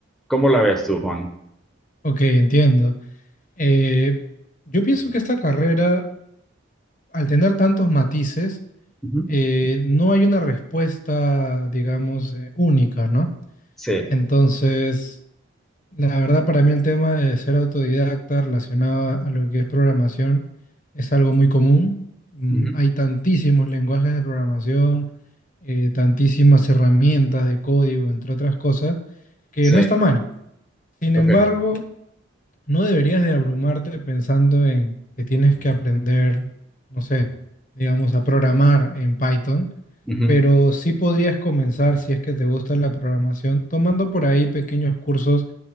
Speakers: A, in the centre; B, on the left (about 40°).
A: ¿Cómo la ves tú, Juan?
B: Ok, entiendo. Eh, yo pienso que esta carrera, al tener tantos matices,
A: Ujú.
B: eh, no hay una respuesta, digamos, eh, única, ¿no?
A: Sí.
B: Entonces, la verdad para mí el tema de ser autodidacta relacionado a a lo que es programación es algo muy común. Mm,
A: Ujú.
B: hay tantísimos lenguajes de programación, eh, tantísimas herramientas de código, entre otras cosas, que
A: Sí.
B: no está mal. Sin
A: Ok.
B: embargo, no deberías de abrumarte pensando en que tienes que aprender, no sé, digamos, a programar en Python,
A: Ujú.
B: pero sí podrías comenzar, si es que te gusta la programación, tomando por ahí pequeños cursos